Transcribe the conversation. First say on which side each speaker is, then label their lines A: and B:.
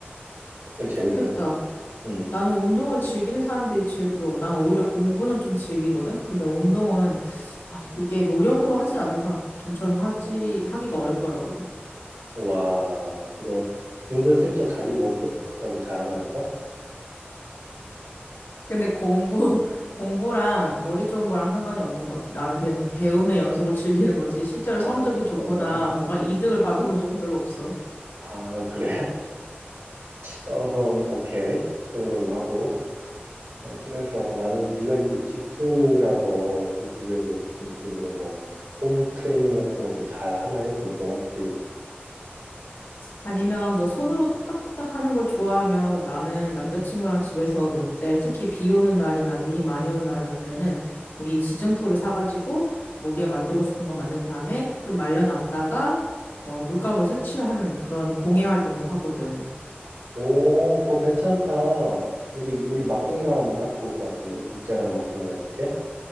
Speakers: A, on the right; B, on the left.
A: 그때 재밌었지.
B: 좋겠다.
A: 응.
B: 나는 운동을 즐기는 사람들이 제일 부러워. 난 오히려 공부는 좀 즐기거든? 근데 운동은, 아, 이게 노력으로 하지 않은 이상 좀처럼 하지, 하기가 어렵더라고.
A: 와, 이거 은근슬쩍 자기 머리 똑똑하다고 자랑하는 거?
B: 근데 공부, <laughs> 공부랑 머리 좋은 거랑 상관이 없는 것 같아. 나는 그냥 그 배움의 연속을 즐기는 거지. 실제로
A: 아,
B: 성적이 좋거나
A: 그런 거야?
B: 뭔가 이득을 받아본 적은 별로 없어.
A: 아, 그래. <laughs> 어, 음, 오케이. 그런 걸로 하고. 어, 그래서 나는 네가 이제 집순이라서 또 집에서 좀 이런 거 홈 트레이닝 같은 것도 잘 하나 해서 물어봤지.
B: 아니면 너 손으로 뚝딱뚝딱 하는 걸 좋아하면 나는 남자친구랑 집에서 놀 때 특히 비 오는 날이나 눈이 많이 오는 날에는 우리 지점토를 사가지고 뭐 우리가 만들고 싶은 거 만든 다음에 좀 말려놨다가 어, 물감으로 색칠하는 그런 공예 활동도 하거든.
A: 오, 그거 괜찮다. 우리, 우리 막둥이랑 오면 딱 좋을 것 같은데? 둘째랑 막둥이랑 이렇게?